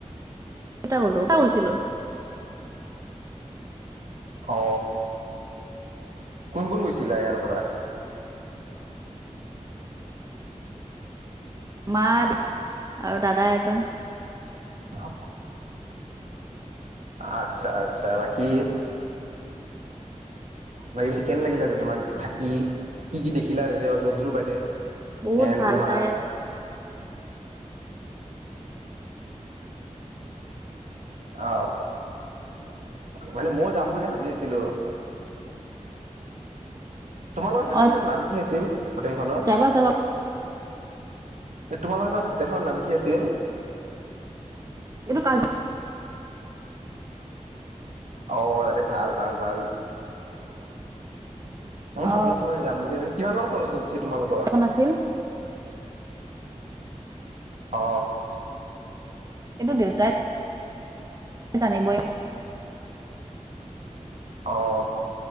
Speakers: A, on the right; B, on the right.
A: <unintelligible>
B: অ কোন-কোন গৈছিলা ইয়াৰ পৰা?
A: মা আৰু দাদা এজন।
B: অ আচ্ছা আচ্ছা, বাকী বাকি কেনে লাগিলে যে তোমাৰ থাকি, কি কি দেখিলা এয়া জন্তুৰ বাদে?
A: বহুত
B: এন
A: ভাল
B: তোমাৰ
A: তাই।
B: অ মানে মইও যাম বুলি ভাবিছিলো। তোমালোকে থকা
A: অ
B: সেইখন নাম কি আছিল, হোটেলখনৰ?
A: যাবা যাবা
B: যে তোমালোকে থকা হোটেলখনৰ নাম কি আছিল?
A: এইটো কাজ
B: অ তাতে ভাল ভাল ভাল। মই ভাবি
A: অ
B: আছো মানে যাম বুলি কিমান মান খৰচ গল পিছে তোমালোক
A: অহা নাছিল।
B: অ।
A: কিন্তু দেউতাই জানিবই
B: অ',